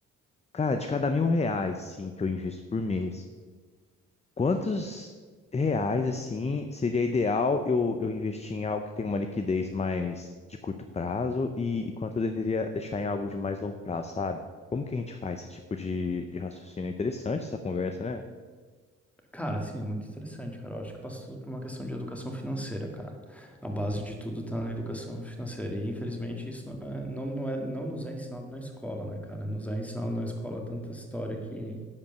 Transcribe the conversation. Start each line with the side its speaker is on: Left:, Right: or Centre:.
Left: cara, de cada mil reais, assim, que eu invisto por mês Quantos reais, assim, seria ideal eu, eu investir em algo que tem uma liquidez mais de curto prazo e, e quanto eu deveria deixar em algo de mais longo prazo, sabe? Como que a gente faz esse tipo de, de raciocínio? É interessante essa conversa, né?
Centre: Cara, sim, é muito interessante, cara. Eu acho que passa tudo por uma questão de educação financeira, cara. A base de tudo tá na educação financeira. E infelizmente isso não é, não, não é, não nos é ensinado na escola, né, cara? Nos é ensinado na escola tanta história que